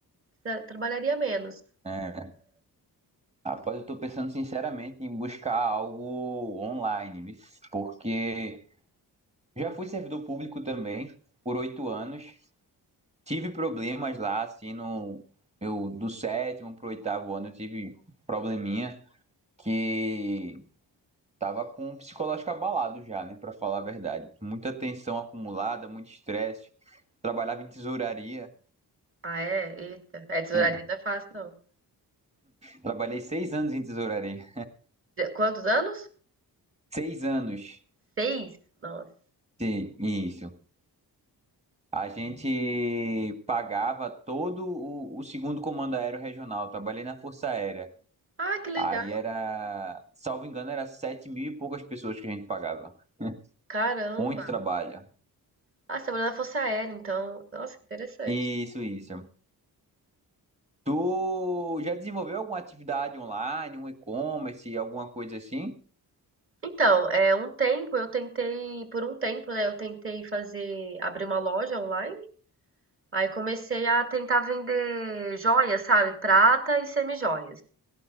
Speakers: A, on the right (about 35°); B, on the right (about 15°).
A: você trabalharia menos.
B: É. Rapaz, eu tô pensando sinceramente em buscar algo online, vis, porque já fui servidor público também por oito anos. Tive problemas lá, assim, no eu do sétimo pro oitavo ano eu tive probleminha que tava com o psicológico abalado já, né, Pra falar a verdade. Muita tensão acumulada, muito estresse. Trabalhava em tesouraria.
A: Ah, é? Eita. É, tesouraria
B: É,
A: não é fácil, não.
B: Trabalhei seis anos em tesouraria.
A: De- Quantos anos?
B: Seis anos.
A: Seis? Nossa.
B: Sim, isso. A gente pagava todo o, o segundo comando aéreo regional. Trabalhei na Força Aérea.
A: Ah, que legal.
B: Aí era, salvo engano, era sete mil e poucas pessoas que a gente pagava. <laughs>
A: Caramba.
B: Muito trabalho.
A: Ah, você trabalhou na Força Aérea, então. Nossa, que interessante.
B: Isso, isso. Tu já desenvolveu alguma atividade online, um e-commerce, alguma coisa assim?
A: Então, é, um tempo eu tentei, por um tempo, né, eu tentei fazer, abrir uma loja online. Aí comecei a tentar vender joias, sabe? Prata e semijoias.